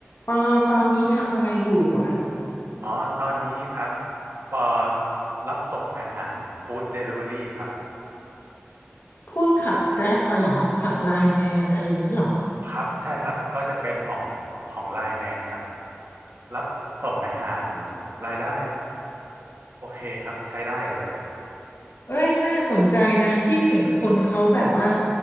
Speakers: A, on the left; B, on the right.
A: ปอตอนนี้ทำอะไรอยู่อ่ะ
B: อ๋อตอนนี้ครับปอรับส่งอาหารฟู้ดเดลิเวอรี่ครับ
A: พวกขับแกร็บอะเหรอขับไลน์แมนอะไรนี้เหรอ
B: ครับใช่ครับก็จะเป็นของของไลน์แมนครับรับส่งอาหารรายได้โอเคครับใช้ได้เลย
A: เอ้ยน่าสนใจนะพี่เห็นคนเขาแบบว่า